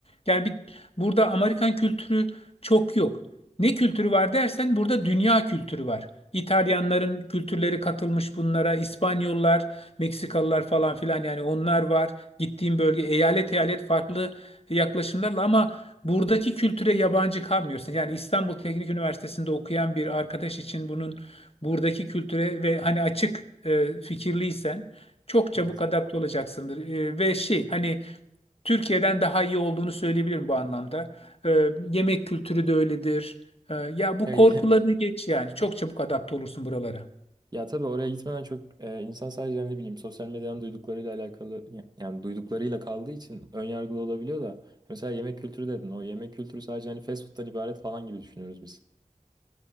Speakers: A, on the left; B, on the right.
A: Yani bir Burada Amerikan kültürü çok yok. Ne kültürü var dersen burada dünya kültürü var. İtalyanların kültürleri katılmış bunlara, İspanyollar, Meksikalılar falan filan yani onlar var. Gittiğim bölge eyalet eyalet farklı yaklaşımlarla ama buradaki kültüre yabancı kalmıyorsun. Yani İstanbul Teknik Üniversitesi'nde okuyan bir arkadaş için bunun buradaki kültüre ve hani açık e, fikirliysen çok çabuk
B: evet.
A: adapte olacaksındır. E, ve şey hani Türkiye'den daha iyi olduğunu söyleyebilirim bu anlamda. Ee, yemek kültürü de öyledir. Ee, ya bu
B: Ya,
A: korkularını
B: ya,
A: geç yani. Çok çabuk adapte olursun buralara.
B: ya tabii oraya gitmeden çok e, insan sadece ne bileyim sosyal medyadan duyduklarıyla alakalı ya- yani duyduklarıyla kaldığı için ön yargılı olabiliyor da mesela yemek kültürü dedin o yemek kültürü sadece hani fast food'dan ibaret falan gibi düşünüyoruz biz.